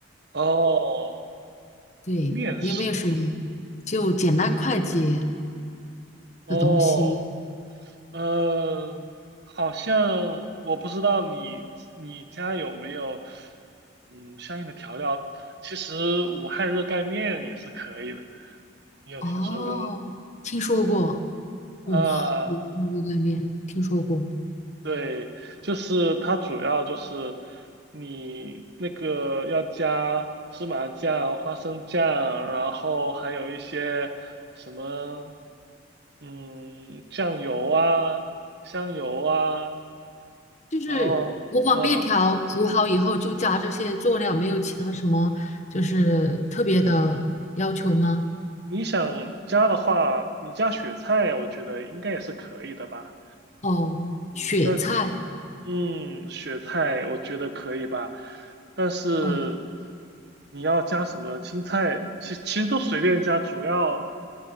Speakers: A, on the right; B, on the left.
A: 哦，
B: 对，
A: 面食，
B: 有没有什么就简单快捷
A: 哦，
B: 的东西？
A: 嗯、好像我不知道你你家有没有，嗯，相应的调料。其实武汉热干面也是可以的。你有听说过？
B: 哦，听说过，
A: 啊，
B: 哇，没看过热干面，听说过。
A: 对，就是它主要就是你那个要加芝麻酱、花生酱，然后还有一些什么，嗯，酱油啊、香油啊，
B: 就是我把面条煮好以后，
A: 然后，嗯，
B: 就加这些佐料，没有其他什么就是特别的要求吗？
A: 你想加的话，你加雪菜，我觉得应该也是可以的吧。
B: 哦，
A: 嗯，
B: 雪菜，
A: 但是，嗯，雪菜我觉得可以吧，但是
B: 哦，
A: 你要加什么青菜，其其实都随便加，主要